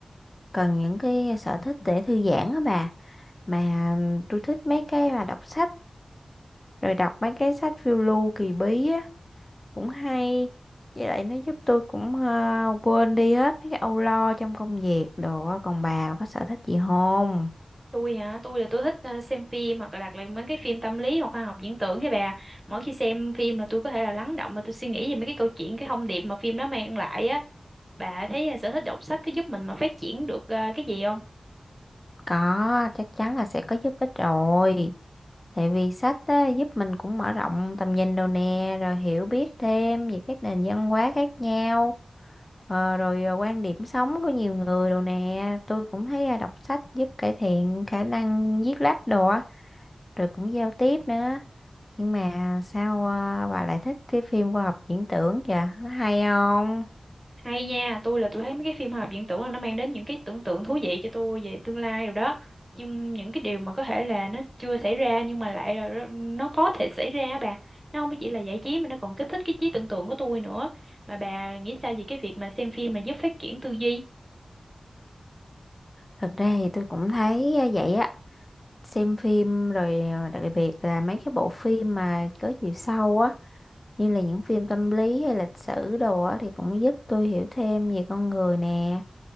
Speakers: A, on the left; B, on the right.
A: cần những cái sở thích để thư giãn á bà mà ừm, tôi thích mấy cái mà đọc sách rồi đọc mấy cái sách phiêu lưu kỳ bí á cũng hay với lại nó giúp tôi cũng ờ, quên đi hết mấy cái âu lo trong công việc đồ á còn bà có sở thích gì không
B: Tôi hả, tôi là tôi thích ờ, xem phim hoặc là đặt lại mấy cái phim tâm lý hoặc khoa học viễn tưởng với bà. Mỗi khi xem phim là tôi có thể là lắng động mà tôi suy nghĩ về mấy cái câu chuyện, cái thông điệp mà phim nó mang lại á. Bà thấy ờ, sở thích đọc sách có giúp mình mà phát triển được ờ, cái gì không?
A: có chắc chắn là sẽ có giúp ích rồi Tại vì sách á, giúp mình cũng mở rộng tầm nhìn đồ nè, rồi hiểu biết thêm về các nền văn hóa khác nhau, ờ, rồi ờ, quan điểm sống của nhiều người đồ nè. Tôi cũng thấy à, đọc sách giúp cải thiện khả năng viết lách đồ á, rồi cũng giao tiếp nữa. Nhưng mà sao ờ, bà lại thích cái phim khoa học viễn tưởng kìa, nó hay không?
B: Hay nha, tôi là tôi thấy mấy cái phim hoạt viễn tưởng là nó mang đến những cái tưởng tượng thú vị cho tôi về tương lai rồi đó. Nhưng những cái điều mà có thể là nó chưa xảy ra nhưng mà lại là nó nó có thể xảy ra á bà. Nó không chỉ là giải trí mà nó còn kích thích cái trí tưởng tượng của tôi nữa. Mà bà nghĩ sao về cái việc mà xem phim mà giúp phát triển tư duy?
A: Thực ra thì tôi cũng thấy à, vậy á, xem phim rồi à, đặc biệt là mấy cái bộ phim mà có chiều sâu á như là những phim tâm lý hay lịch sử đồ á thì cũng giúp tôi hiểu thêm về con người nè